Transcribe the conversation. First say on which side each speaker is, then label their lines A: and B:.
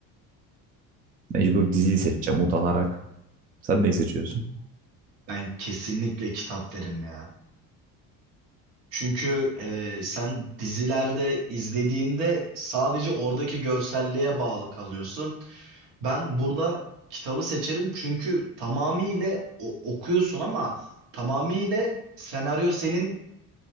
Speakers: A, on the right; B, on the right.
A: Mecbur diziyi seçeceğim utanarak. Sen neyi seçiyorsun?
B: Ben kesinlikle kitap derim ya. Çünkü e, sen dizilerde izlediğinde sadece oradaki görselliğe bağlı kalıyorsun. Ben burada kitabı seçerim çünkü tamamıyla o- okuyorsun ama tamamıyla senaryo senin